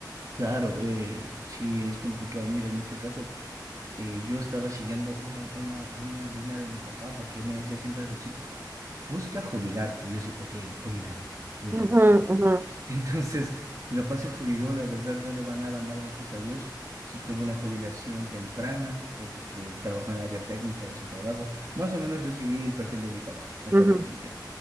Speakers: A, on the right; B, on the right.
A: claro, eh, sí es complicado. Mira, en este caso, eh, yo estaba siguiendo una, una, una línea de mi papá porque él me decía siempre desde chico. busca jubilarte. Y yo sí, ok, jubilarme, jubilarme,
B: Ujú,
A: jubilarme.
B: ujú,
A: <laughs> Entonces, mi papá se jubiló, la verdad no le va nada mal, gracias a Dios. Sí tuvo una jubilación temprana porque él trabajó en el área técnica de su trabajo. Más o menos yo seguí el perfil de mi papá, no
B: ujú.
A: te voy a mentir.